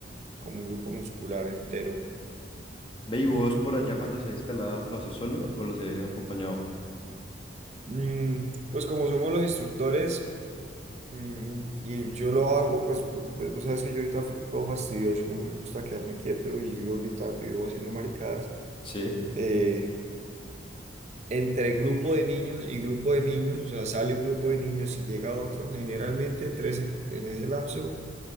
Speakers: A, on the right; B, on the left.
A: como un grupo muscular entero.
B: Ve y vos por allá cuando haces escalada, ¿lo haces solo o lo haces acompañado?
A: Mm, pues como somos los instructores, mm, y yo lo hago, pues porque pues, vos sabes que yo ahorita fue todo fastidioso, no me gusta quedarme quieto y vivo gritando y vivo haciendo maricadas.
B: Sí,
A: Eh, entre grupo de niños y grupo de niños, o sea, sale un grupo de niños y llega otro, generalmente entre ese- en ese lapso